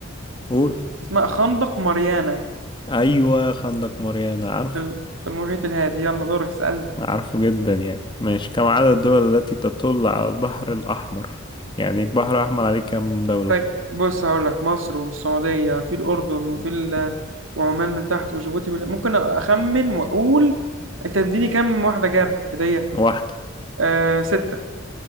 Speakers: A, on the left; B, on the right.
A: هول
B: اسمها خندق ماريانا
A: أيوة خندق ماريانا عارفه
B: في ال- في المحيط الهادي يلا دورك اسألني
A: عارفه جدا يعني ماشي كم عدد الدول التي تطل على البحر الأحمر يعني البحر الأحمر عليه كم دولة
B: طيب بص هقول لك مصر والسعودية في الأردن وفي ال... وعمان من تحت وجيبوتي ولا... ممكن أخمن وأقول أنت تديني كام واحدة جاب هدية؟
A: واحدة
B: آه ستة